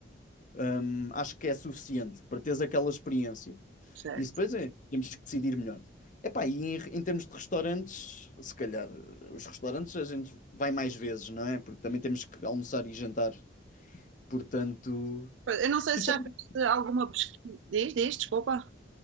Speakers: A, on the left; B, on the right.
A: Hum, acho que é suficiente para teres aquela experiência.
B: sei.
A: Isso depois é, temos que decidir melhor. Epá, e em, em termos de restaurantes, se calhar os restaurantes a gente vai mais vezes, não é? Porque também temos que almoçar e jantar. Portanto,
B: Eu não sei
A: e
B: se
A: também
B: já fizeste alguma pesquisa. Diz, diz, desculpa.